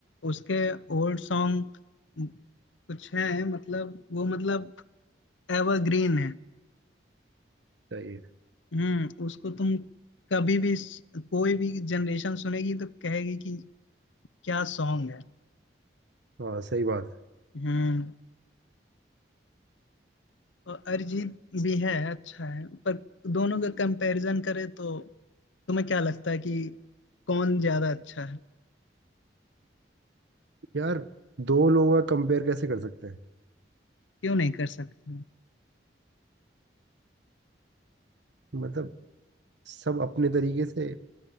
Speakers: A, on the left (about 80°); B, on the right (about 70°).
A: उसके ओल्ड सॉन्ग कुछ हैं मतलब वो मतलब एवरग्रीन है
B: सही है
A: हम्म उसको तुम कभी भी स- कोई भी जनरेशन सुनेगी तो कहेगी कि क्या सॉन्ग है
B: हाँ सही बात
A: हम्म और अरिजीत भी है अच्छा है पर दोनों का कंपैरिजन करे तो तुम्हें क्या लगता है कि कौन ज्यादा अच्छा है
B: है यार दो लोगों का कंपेयर कैसे कर सकते हैं
A: क्यों नहीं कर सकते हो?
B: मतलब सब अपने तरीके से